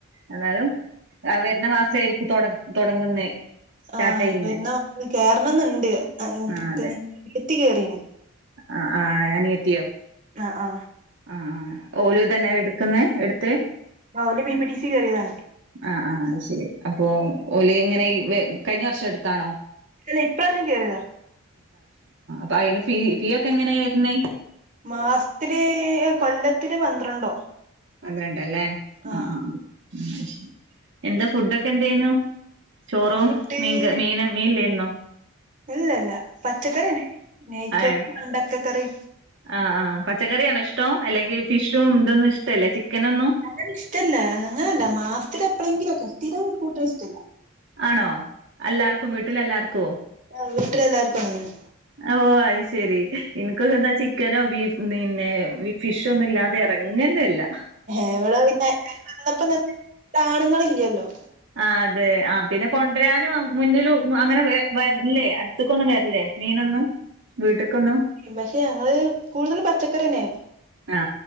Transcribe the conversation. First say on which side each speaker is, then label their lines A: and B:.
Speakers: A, on the right; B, on the right.
A: എന്നാലും, ആ വരുന്നമാസായിരിക്കും തൊടങ്ങുന്നേ. സ്റ്റാർട്ട്
B: ആഹ്
A: ചെയ്യുന്നേ
B: വരുന്നാ <inaudible> കേറണംന്നുണ്ട് <unintelligible>
A: ആഹ്
B: അനിയത്തി കേറീന്ന്.
A: ആ ആ അനിയത്തിയോ?
B: ആ ആ.
A: ആ ഓലി തന്നെഎടുക്കുന്നെ എടുത്തേ?
B: ആഹ് ഓല് ബി പി ടി സി കേറിയതാണ്
A: ആഹ് ആഹ് അത്‌ശരി അപ്പൊ ഓൽ ഇങ്ങനെ ഈ കഴിഞ്ഞ വർഷം എടുത്താണോ?
B: അല്ല ഇപ്രാവശ്യം കേയറതാ.
A: അ അയിന് ഫീ ഫീ ഒക്കെ എങ്ങനെയാണ് വരുന്നേ
B: മാസത്തില് കൊല്ലത്തില് പന്ത്രണ്ടോ
A: പന്ത്രണ്ടല്ലേ
B: ആഹ്
A: ആ ആ ശ്, എന്താ ഫുഡൊക്കെ എന്തേ നു.
B: പിന്നെ
A: ചോറും
B: ഫുഡ്
A: മീൻ കറി മീന് മീൻല്ലന്നോ?
B: ഇല്ല ഇല്ല പച്ചക്കറിയന്നെ നെയ്ച്ചോറ്
A: ആഹ്
B: വെണ്ടക്കക്കറി.
A: ആഹ് ആഹ പച്ചക്കറിയണോ ഇഷ്ടോ, അല്ലെങ്കിൽ ഫിഷും ഇതൊന്നും ഇഷ്ടല്ലേ ചിക്കനൊന്നും.
B: അങ്ങനെ ഇഷ്ടല്ല അങ്ങനെയല്ല മാസത്തില് എപ്പോളെങ്കിലും സ്ഥിരം കൂട്ടല് ഇഷ്ടല്ല.
A: ആണോ, എല്ലാർക്കും വീട്ടിൽ എല്ലാർക്കുവോ?
B: ഓ വീട്ടിൽ എല്ലാർക്കും അങ്ങനെയാ.
A: ഓഹ് അത് ശെരി എനക് എന്താ ചിക്കനോ ബീഫ് പിന്നെ ഫിഷോ ഒന്നും ഇല്ലാതെ എറങ്ങന്നില്ലാ.
B: എവിടെ പിന്നെ വന്നാ പിന്നെ കാണുങ്ങളില്ലലോ.
A: ആ അതെ ആ പിന്നെ കൊണ്ടുവരാനും മുന്നിൽ അങ്ങനെ വരില്ലേ അടുത്തക്കൊന്നും വരില്ലേ മീനൊന്നും വീട്ട്ക്കൊന്നും
B: പക്ഷെ ഞങ്ങള് കൂടുതൽ പച്ചക്കറിയന്നെ.
A: ആ